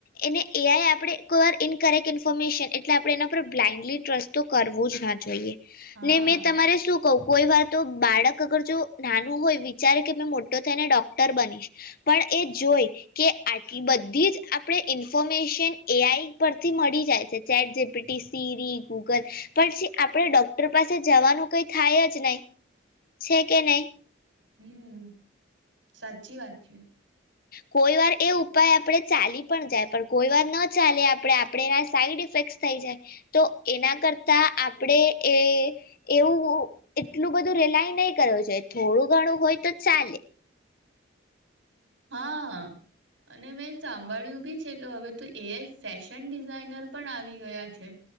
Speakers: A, on the left; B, on the right.
A: એને એ આઈ આપણે કોર ઇન કરેક્ટ ઇન્ફોર્મેશન એટલે આપણે એના પર બ્લાઇન્ડલી ટ્રસ્ટ તો કરવું જ ન જોઈએ.
B: હા
A: ને મેં તમારે શું કો કોઈ વાર તો બાળક અગર જો નાનું હોય વિચારે કે મે મોટો થઈને ડોક્ટર બનીશ. પણ એ જોઈ, કે આટલી બધી જ આપણે ઇન્ફોર્મેશન એઆઈ પરથી મળી જાય છે chat G PT Siri Google, પછી આપણે ડોક્ટર પાસે જવાનું કઈ થાય જ નહી, છે કે નહી.
B: હમ્મ, સાચી વાત છે.
A: કોઈ વાર એ ઉપાય આપણે ચાલી પણ જાય પણ કોઈ વાર ન ચાલે આપણે આપણે એના સાઈડ ઇફેક્ટ થઈ જાય. તો એના કરતા આપણે એ એવું એટલું બધું રિલાય નહીં કરવું જોઈએ થોડું ઘણું હોય તો ચાલે.
B: હા. અને મેં સાંભળ્યું બી છે કે હવે તો એ આઈ ફેશન ડિઝાઇનર પણ આવી ગયા છે.